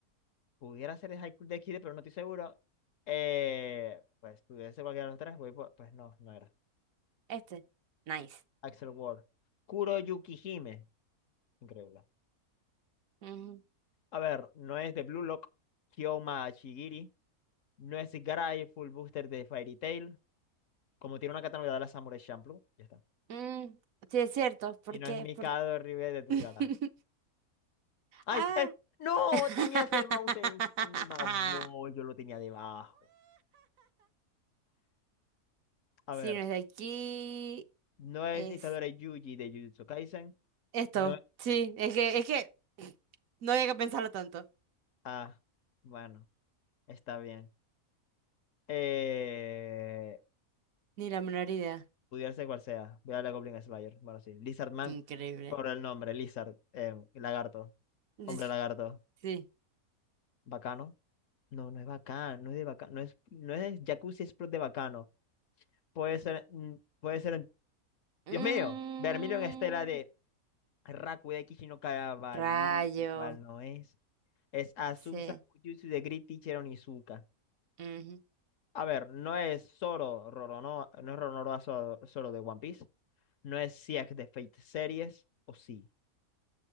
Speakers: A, on the left; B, on the right.
A: Pudiera ser de High School Death Kid, pero no estoy seguro. Eh, pues pudiera ser cualquiera de los tres, voy por- pues no, no era.
B: Este. Nice.
A: Axel Ward. Kuro Yukihime. Increíble.
B: Ujú.
A: A ver, no es de Blue Lock, Kyoma Shigiri. No es Garai Full Booster de Fairy Tail. Como tiene una categoría de la Samurai Champloo. Ya está.
B: Mm, sí, es cierto. ¿Por
A: Y no
B: qué?
A: es Mikado
B: ¿Por
A: Ribe de Durara.
B: <laughs>
A: Ay,
B: Ah.
A: eh, no,
B: <laughs>
A: tenías el mouse encima, boy, yo lo tenía debajo. A
B: Si
A: ver,
B: no es de aquí,
A: no es
B: es
A: Itadori Yuji de Jujutsu Kaisen.
B: esto.
A: No.
B: Sí, es que, es que no había que pensarlo tanto.
A: Ah, bueno, está bien. Eh,
B: Ni la menor idea.
A: pudiera ser cual sea. Voy a la Goblin Slayer. Bueno, sí. Lizard Man,
B: Increíble.
A: por el nombre, Lizard, eh, lagarto,
B: <laughs>
A: hombre lagarto.
B: Sí.
A: ¿Bacano? No, no es bacano, no es de bacano, no es, no es Jacuzzi Sprout de bacano. Puede ser, mm, puede ser, en-
B: Mm,
A: Dios mío, Vermilion Estela de Rakude Kishi no Kagabali,
B: rayo.
A: la cual no es. Es Azusa
B: Sí.
A: Fujitsu de Great Teacher Onizuka.
B: ujú.
A: A ver, no es Zoro, Roronoa, no es Roronoa Zoro, Zoro de One Piece. No es Siak de Fate Series, o sí.